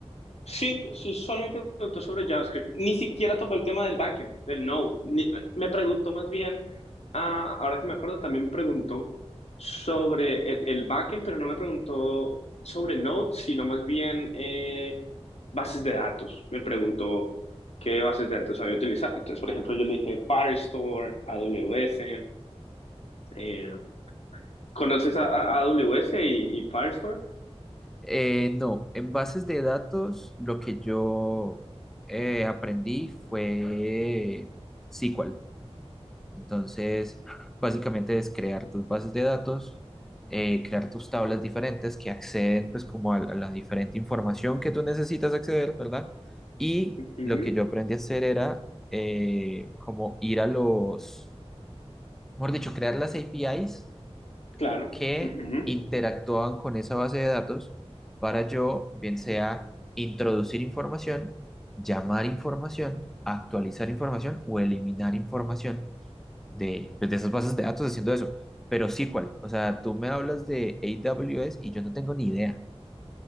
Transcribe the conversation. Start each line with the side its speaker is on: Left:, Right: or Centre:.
Left: Sí, sí, solamente me preguntó sobre JavaScript. Ni siquiera tocó el tema del backend, del Node. Ni- me preguntó más bien, ah, ahora que me acuerdo, también me preguntó sobre el, el backend, pero no me preguntó sobre Node, sino más bien eh, bases de datos. Me preguntó qué bases de datos había utilizado. Entonces, por ejemplo, yo le dije Firestore, AWS. eh, ¿conoces a, a- AWS y, y Firestore?
Centre: Eh, no, en bases de datos lo que yo eh, aprendí fue SQL. Entonces, básicamente es crear tus bases de datos, eh, crear tus tablas diferentes que acceden pues como a, a la diferente información que tú necesitas acceder, ¿verdad? Y
Left: Ujú,
Centre: lo que yo aprendí a hacer era eh, como ir a los, mejor dicho, crear las APIs
Left: claro.
Centre: que
Left: Ujú.
Centre: interactuaban con esa base de datos para yo, bien sea introducir información, llamar información, actualizar información o eliminar información de, pues, de esas bases de datos haciendo eso. Pero SQL, o sea, tú me hablas de AWS y yo no tengo ni idea.